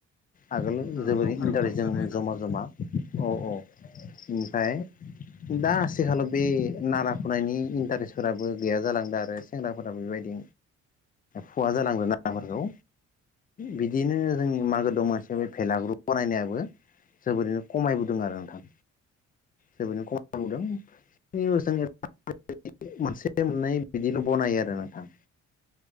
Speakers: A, on the left (about 30°); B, on the left (about 45°).
A: आगोल
B: ओ
A: जोबोरै
B: लावखार
A: इन्टारेस्ट
B: ओंखाम
A: जोङोमोन
B: जानाय होनना
A: जमा
B: बुङो बेलाय
A: जमा औ औ ओमफ्राय दा आथिखालाव बे नारा फुनायनि इन्टारेस्टफोराबो गैया जालांदों आरो सेंग्राफोराबो बेबायदि फुवा जालांदों ना राफोरखौ बिदिनो जोंनि मागो दमासि बे भेलागुर बानायनायाबो जोबोरैनो खमायबोदों आरो नोंथां जोबोरैनो <unintelligible> जों <inaudible> मोनसे मोननै बिदिल' बनायो आरो नोंथां